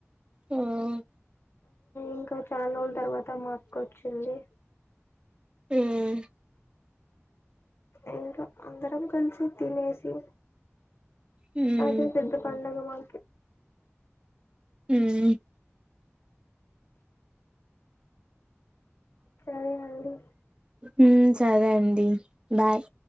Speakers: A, on the right; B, on the left.
A: హుమ్
B: ఇంకా చాలా రోజుల తర్వాత మాక్కోచ్చింది
A: హుమ్
B: ఇంకా అందరం కలిసి తినేసి
A: ఉమ్
B: అదే పెద్దపండగ మా
A: హుమ్
B: సరే అండి
A: హమ్ సరే అండి బాయ్